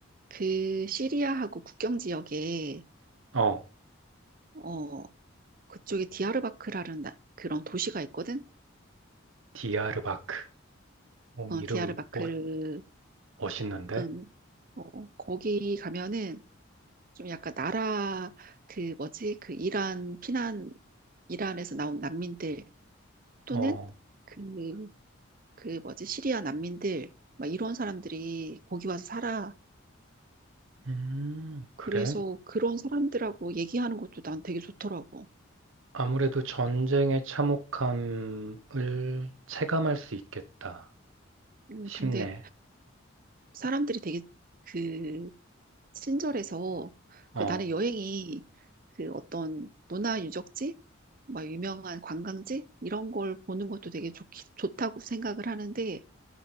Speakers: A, on the right; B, on the right.
A: 그 시리아하고 국경 지역에
B: 어,
A: 어 그쪽에 디아르바크라는 나- 그런 도시가 있거든.
B: 디아르바크. 어,
A: 어
B: 이름
A: 디아르바크
B: 멋, 멋있는데?
A: 음, 어, 거기 가면은 좀 약간 나라 그 뭐지 그 이란 피난 이란에서 나온 난민들 또는
B: 어,
A: 그, 그 뭐지, 시리아 난민들, 막 이런 사람들이 거기 와서 살아.
B: 음, 그래?
A: 그래서 그런 사람들하고 얘기하는 것도 난 되게 좋더라고.
B: 아무래도 전쟁의 참혹함을 체감할 수 있겠다
A: 음,
B: 싶네.
A: 근데 사, 람들이 되게 그 친절해서
B: 어,
A: 그 나는 여행이 그 어떤 문화 유적지, 막 유명한 관광지 이런 걸 보는 것도 되게 좋, 좋다고 생각을 하는데